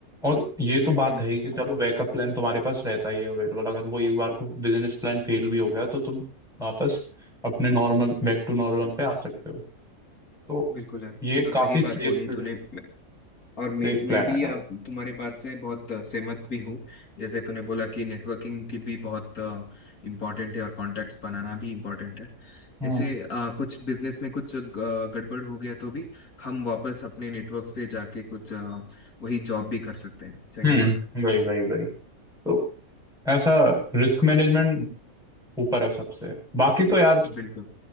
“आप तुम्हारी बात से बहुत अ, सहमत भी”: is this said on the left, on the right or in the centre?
Left